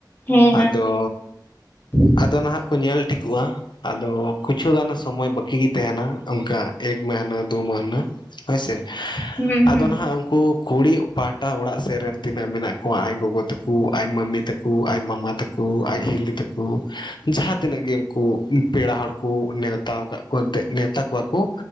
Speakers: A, on the left (about 25°); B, on the left (about 80°).
A: ᱦᱮᱸ
B: ᱟᱫᱚ
A: ᱦᱮᱸ <inaudible>
B: ᱟᱫᱚ ᱱᱟᱦᱟᱸᱜ ᱠᱚ ᱧᱮᱞ ᱴᱷᱤᱠᱚᱜᱼᱟ ᱟᱫᱚ ᱠᱤᱪᱷᱩ ᱜᱟᱱ ᱥᱚᱢᱚᱭ ᱵᱟᱹᱠᱤᱜᱤ ᱛᱟᱦᱮᱸᱱᱟ ᱚᱱᱠᱟ ᱮᱠ ᱢᱟᱹᱦᱱᱟᱹ ᱫᱩ ᱢᱟᱹᱦᱱᱟᱹ ᱦᱳᱭ ᱥᱮ
A: ᱦᱩᱸ ᱦᱩᱸ
B: ᱟᱫᱚ ᱱᱟᱦᱟᱸᱜ ᱩᱱᱠᱩ ᱠᱩᱲᱤ ᱯᱟᱦᱴᱟ ᱚᱲᱟᱜ ᱥᱮᱫ ᱨᱮᱱ ᱛᱤᱱᱟᱹᱜ ᱢᱮᱱᱟᱜ ᱠᱚᱣᱟ ᱟᱡ ᱜᱚᱜᱚ ᱛᱟᱠᱚ ᱟᱡ ᱢᱟᱢᱤ ᱛᱟᱠᱚ ᱟᱡ ᱢᱟᱢᱟ ᱛᱟᱠᱚ ᱟᱡ ᱦᱤᱞᱤ ᱛᱟᱠᱩ ᱡᱟᱦᱟᱸ ᱛᱤᱱᱟᱹᱜ ᱜᱤ ᱩᱱᱠᱩ ᱯᱮᱲᱟ ᱦᱚᱲ ᱠᱩ ᱱᱮᱣᱛᱟ ᱠᱟᱜ ᱠᱩ ᱮᱱᱛᱮᱜ ᱱᱮᱣᱛᱟ ᱠᱚᱣᱟ ᱠᱩ